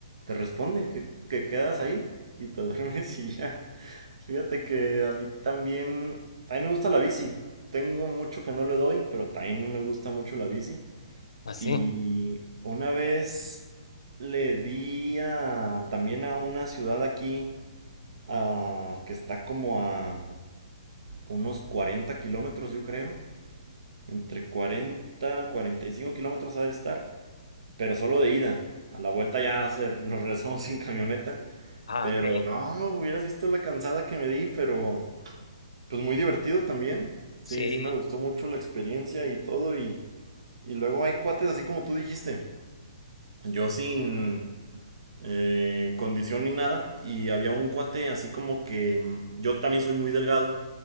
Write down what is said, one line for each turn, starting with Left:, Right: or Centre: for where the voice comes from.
Right: te responde, que, que quedas ahí y te <laughs> duermes y ya. Fíjate que a mí también, también me gusta la bici. Tengo mucho que no le doy, pero también me gusta mucho la bici.
Left: Así.
Right: Y una vez le di a, también a una ciudad aquí, ah, que está como a unos 40 kilómetros, yo creo. Entre 40, 45 kilómetros ha de estar, pero solo de ida. A la vuelta ya hacer, nos regresamos <laughs> sin camioneta.
Left: Ah,
Right: Pero
Left: ok.
Right: no, hubieras visto la cansada que me di, pero... Pues muy divertido también. Sí,
Left: Sí,
Right: sí, me gustó mucho la experiencia y todo. Y, y luego hay cuates, así como tú dijiste. Yo sin eh, condición ni nada. Y había un cuate así como que mm, yo también soy muy delgado.